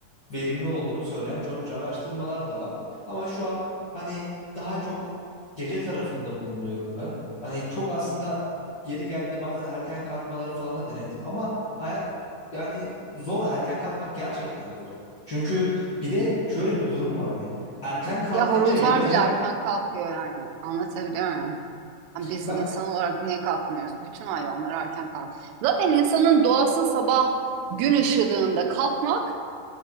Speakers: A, on the left; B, on the right.
A: verimli olduğunu söyleyen çokça araştırmalar da var. Ama şu an hani daha çok gece tarafında bulunuyorum ben. Hani çok aslında yeri geldiğinde bazen erken kalkmaları falan da denedim ama Hayat yani zor. Erken kalkmak gerçekten zor. Çünkü bir de şöyle bir durum var hani. Erken kalkınca
B: Ya horozlar
A: yapacak...
B: bile erken kalkıyor yani. Anlatabiliyor muyum? Yani Biz
A: Ben,
B: insan olarak niye kalkmıyoruz? Bütün hayvanlar erken kalk. Zaten insanın doğası sabah gün ışıdığında kalkmak,